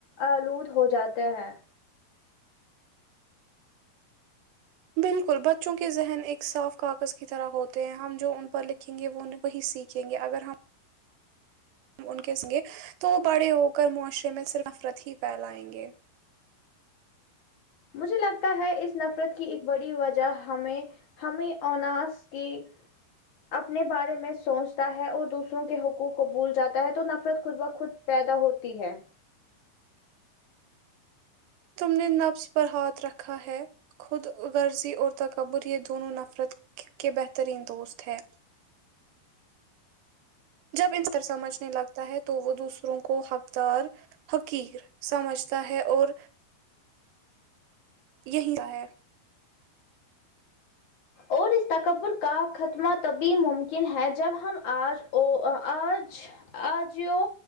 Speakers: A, on the left; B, on the right.
A: آلود ہو جاتے ہیں
B: بالکل بچوں کے ذہن ایک صاف کاغذ کی طرح ہوتے ہیں ہم جو ان پر لکھیں گے وہ وہی سیکھ یں گے اگر ہم ان کے سنگے تو وہ بڑے ہو کر معاشرے میں صرف نفرت ہی پھیلائیں گے
A: مجھے لگتا ہے اس نفرت کی ایک بڑی وجہ ہمیں ہمیں اس کے اپنے بارے میں سوچتا ہے اور دوسروں کے حقوق کو بھول جاتا ہے تو نفرت خود ب خود پیدا ہوتی ہے
B: تم نے نبس پر ہاتھ رکھا ہے خود غرضی اور تکبر یہ دونوں نفرت کہ بہترین دوست ہے جب انسا انر سمجھنے لگتا ہے تو وہ دوسروں کو حقدار حقییر سمجتا ہے اور یہی کا ہے
A: اور اس تکبر کا ختمہ تبھی ممکن ہے جب ہم آج او آج آجی ا